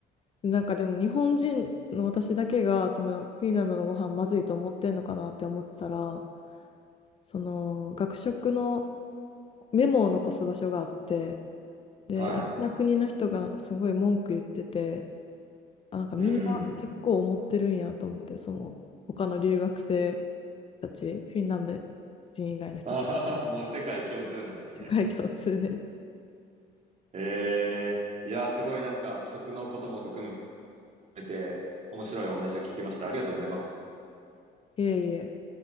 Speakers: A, on the left; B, on the right.
A: なんかでも日本人の私だけがそのフィンランドのご飯まずいと思ってんのかなって思ってたら、その学食のメモを残す場所があって、で、
B: はい。
A: いろんな国の人がすごい文句言ってて、あ、なんかみんな結構思ってるんやと思って、
B: うん。
A: その他の留学生たち、フィンランド人以外の人たち、
B: あはは、もう世界共通なんですね。
A: 世界共通で。
B: えー、いやー、すごいなんか食のことも含めて面白いお話を聞きました。ありがとうございます。
A: いえいえ、